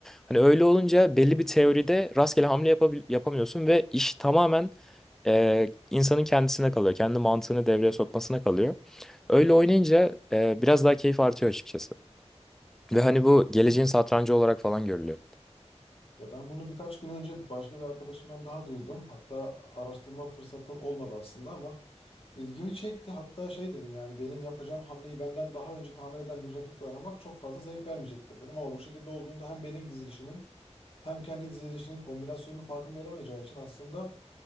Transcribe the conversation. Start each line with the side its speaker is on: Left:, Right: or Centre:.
Centre: Hani öyle olunca belli bir teoride rastgele hamle yapabil- yapamıyorsun ve iş tamamen e, insanın kendisine kalıyor. Kendi mantığını devreye sokmasına kalıyor. Öyle oynayınca e, biraz daha keyif artıyor açıkçası. Ve hani bu
Left: Çok
Centre: geleceğin
Left: mu?
Centre: satrancı olarak falan görülüyor.
Left: Ya ben bunu birkaç gün önce başka bir arkadaşımdan daha duydum. Hatta araştırma fırsatım olmadı aslında ama ilgimi çekti. Hatta şey dedim yani benim yapacağım hamleyi benden daha önce tahmin eden bir rakiple oynamak çok fazla zevk vermeyecektir dedim. Ama bu şekilde olduğunda hem benim dizilişimin hem kendi dizilişinin kombinasyonunun farkında olamayacağı için aslında